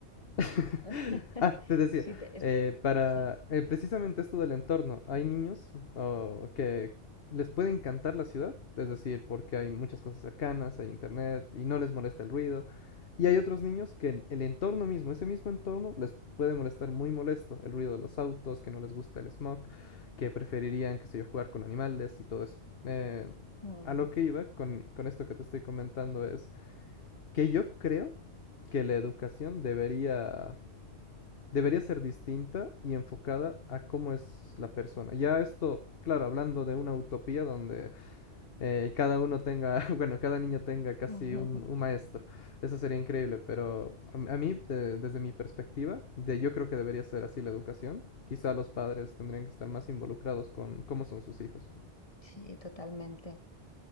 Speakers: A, on the left; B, on the left.
A: <laughs>
B: <laughs>
A: ah, te decía,
B: Sí, te- est-
A: eh, para
B: sí.
A: eh, precisamente esto del entorno, hay niños oh, que les puede encantar la ciudad, es decir, porque hay muchas cosas cercanas, hay internet y no les molesta el ruido. Y hay otros niños que el entorno mismo, ese mismo entorno, les puede molestar muy molesto. El ruido de los autos, que no les gusta el smog, que preferirían, qué sé yo, jugar con animales y todo eso. Eh,
B: Mm.
A: a lo que iba con, con esto que te estoy comentando es que yo creo que la educación debería, debería ser distinta y enfocada a cómo es la persona. Ya esto, claro, hablando de una utopía donde eh, cada uno tenga, <laughs> bueno, cada niño tenga casi
B: <laughs>
A: un, un maestro. Eso sería increíble, pero a, a mí, de- desde mi perspectiva, de, yo creo que debería ser así la educación. Quizá los padres tendrían que estar más involucrados con cómo son sus hijos.
B: Sí, totalmente.